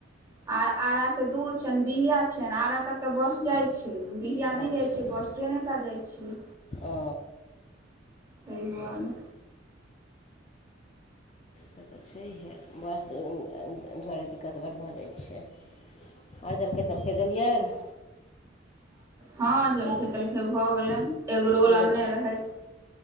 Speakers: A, on the right (about 15°); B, on the left (about 30°).
A: आ आरा से दूर छनि बिया छनि आरा तक ते बस जाय छी। बिया नहि
B: अच्छा
A: जाइ छै, बस ट्रेनेटा जाइ छियै
B: ओ
A: ताहि दुआरे
B: त तऽ छैहे बस दुआरे दिक्कत बड्ड भऽ जाइ छै आओर जलखै तलखै देलियअनि
A: हँ जलखे तलखे भऽ गेलनि एग रोल
B: की
A: अनने
B: बन
A: रहैथ